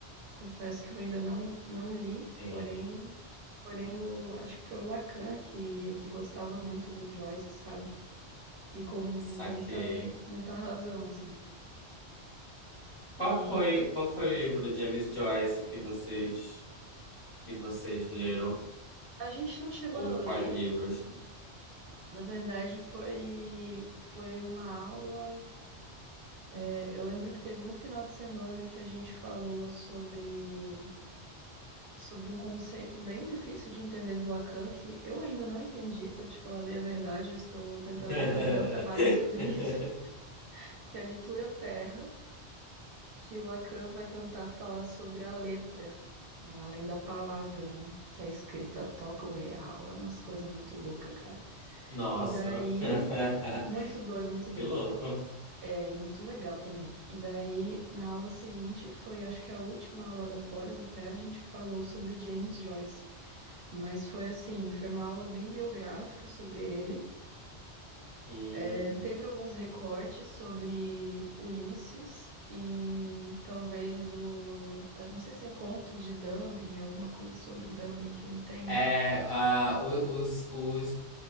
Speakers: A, on the right; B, on the left.
A: confesso que eu ainda não, não li,
B: sim.
A: porém, porém o, acho que foi o Lacan que, que gostava muito do Joyce, sabe? E com muita,
B: Saquei.
A: muita razão, assim.
B: Qual
A: E
B: foi, qual foi o livro do James Joyce que vocês que vocês leram?
A: a gente não chegou
B: Ou
A: a ler.
B: quais livros?
A: Na verdade, foi, foi uma aula. É, Eu lembro que teve um final de semana que a gente falou sobre, sobre um conceito bem difícil de entender do Lacan, que eu ainda não entendi, para te falar bem a verdade, eu estou tentando
B: <laughs>
A: fazer meu trabalho sobre isso, <laughs> que é a leitura terra, que o Lacan vai tentar falar sobre a letra, na- além da palavra, né? Que a escrita toca o real, é umas coisas muito loucas, cara.
B: Nossa,
A: E daí,
B: <laughs>
A: muito doido, muito doido.
B: que louco.
A: É, e muito legal também. E daí, na aula seguinte, que foi acho que a última aula da pós, até a gente falou sobre James Joyce. Mas foi assim, foi uma aula bem biográfica sobre ele.
B: Hum.
A: É, teve alguns recortes sobre Ulisses e talvez o. eu Não sei se é Contos de Dublin, alguma coisa sobre Dublin que ele tem, né?
B: É, ah, o- os, os,